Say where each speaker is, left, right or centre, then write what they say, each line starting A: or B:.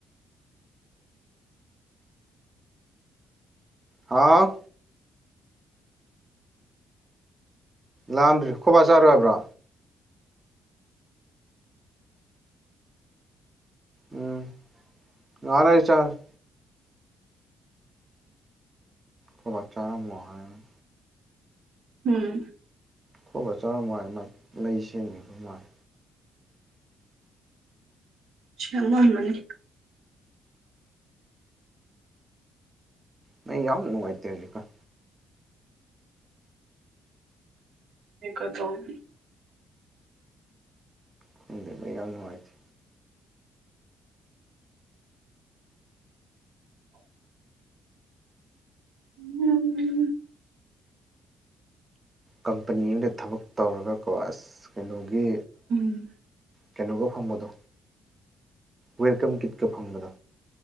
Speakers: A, on the right; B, on the right.
A: ꯍꯥꯥꯎ ꯂꯥꯝꯗ꯭ꯔꯤ ꯈꯣꯢ ꯕꯥ ꯆꯥꯔꯣꯏ ꯍꯥꯢꯕ꯭ꯔꯣ ꯎꯝ ꯉꯥꯛ ꯂꯩꯔꯒꯥ ꯆꯔꯒꯦ ꯈꯣꯢ ꯕꯥ ꯆꯔꯥꯃꯣ ꯍꯥꯢꯕꯥ
B: ꯎꯝ
A: ꯈꯣꯢ ꯕꯥ ꯆꯥꯔꯝꯃꯣ ꯍꯥꯢꯔꯒꯥ ꯃꯩ ꯁꯦꯝꯃꯤꯕ ꯃꯥꯜꯂꯦ
B: ꯁꯦꯝꯃꯝꯃꯅꯤ
A: ꯃꯩ ꯌꯥꯝꯅ ꯅꯨꯡꯉꯥꯏꯇꯦ ꯍꯧꯖꯤꯛꯀꯥꯟ
B: ꯑꯩꯗꯣ <inaudible>
A: ꯈꯣꯡꯗꯦ ꯃꯩ ꯌꯥꯝ ꯅꯨꯡꯉꯥꯏꯇꯦ
B: ꯎꯝ <inaudible>
A: ꯀꯝꯄꯅꯤ ꯑꯃꯗ ꯊꯕꯛ ꯇꯧꯔꯒꯀꯣ ꯑꯁ ꯀꯩꯅꯣꯒꯤ
B: ꯎꯝ
A: ꯀꯩꯅꯣꯒ ꯐꯪꯕꯗꯣ ꯋꯦꯜꯀꯝ ꯀꯤꯠꯀ ꯐꯪꯕꯗꯣ